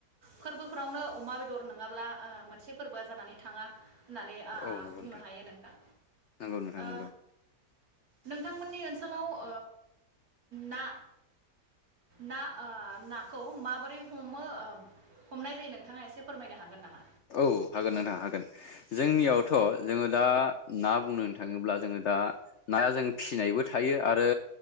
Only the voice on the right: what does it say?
फोरबोफोरावनो अमा बेदर नङाब्ला ओ मोनसे फोरबोआ जानानै थाङा। होननानै ओ
बुंनो हायो नोंथां
ओ।
नोंथांमोननि ओनसोलाव ओ ना ना ओ नाखौ माबोरै हमो ओ हमनाय जायो नोंथाङा एसे फोरमायनो हागोन नामा?